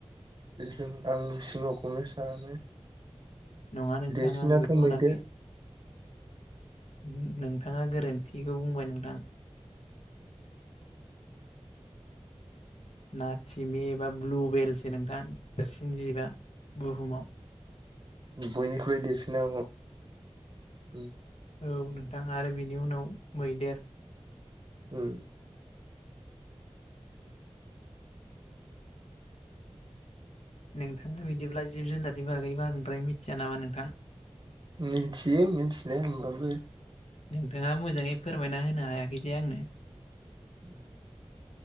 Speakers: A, on the right; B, on the left.
A: बेजों आं सिंहखौनो सानो
B: नङा नोंथां
A: देरसिनाथ'
B: आं बेखौ
A: मैदेर
B: होनाखै ओमहो नोंथाङा गोरोन्थिखौ बुंबाय नोंथां नाथिमि एबा ब्लुवेलसो नोंथां देरसिन जिबा बुहुमाव
A: बयनिख्रुइबो देरसिना <unintelligible>
B: औ नोंथां आरो बिनि उनाव मैदेर
A: ओम <inaudible>
B: नोंथाङा बिदिब्ला जिब जुनारनि बागैबो बांद्राय मिथिया नामा नोंथां
A: मिथियो मिथिनाया होमबाबो
B: नोंथाङा मोजाङै फोरमायना होनो हायाखै दे आंनो
A: <inaudible>